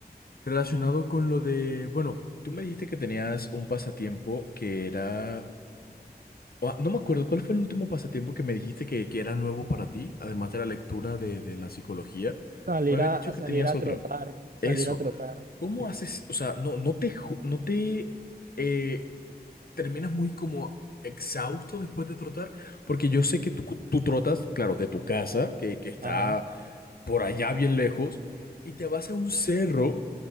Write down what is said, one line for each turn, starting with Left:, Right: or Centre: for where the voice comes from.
Left: Relacionado con lo de, bueno, tú me dijiste que tenías un pasatiempo que era, ah, no me acuerdo, ¿cuál fue el último pasatiempo que me dijiste que, que era nuevo para ti, además de la lectura de, de la psicología?
Right: Salir
Left: Me habías
Right: a,
Left: dicho
Right: a
Left: que
Right: salir
Left: tenías
Right: a
Left: otro.
Right: trotar, salir
Left: Eso,
Right: a trotar.
Left: ¿cómo
Right: Sí.
Left: haces? O sea, no, no te, ju- no te eh, terminas muy como exhausto después de trotar, porque yo sé que tú, cu- tú trotas, claro, de tu casa, que, que está
Right: Ajá.
Left: por allá bien lejos, y te vas a un cerro